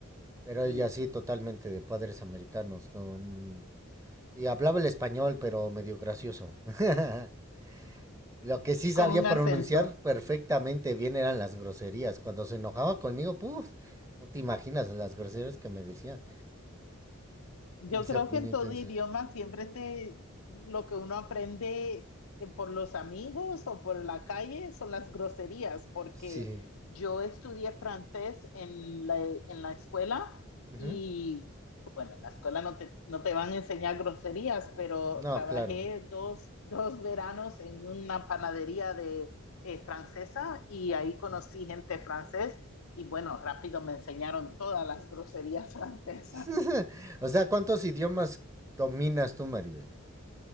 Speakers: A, on the right; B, on the left.
A: pero ella
B: mm.
A: sí, totalmente de padres americanos, con... y hablaba el español, pero medio gracioso. <laughs> Lo que sí sabía
B: con un
A: pronunciar
B: acento.
A: perfectamente bien eran las groserías. Cuando se enojaba conmigo, puf, no te imaginas las groserías que me decía.
B: Yo creo
A: Se ponía
B: que en todo
A: intensa.
B: idioma siempre te, lo que uno aprende eh, por los amigos o por la calle son las groserías, porque
A: Sí.
B: yo estudié francés en la, en la escuela
A: ujú.
B: y bueno, en la escuela no te, no te van a enseñar groserías, pero
A: No,
B: trabajé
A: claro.
B: dos, dos veranos en una panadería de, eh, francesa y ahí
A: ujú.
B: conocí gente francés y bueno, rápido me enseñaron todas las groserías <laughs> francesas.
A: <laughs> O sea, ¿cuántos idiomas dominas tú, Maribel?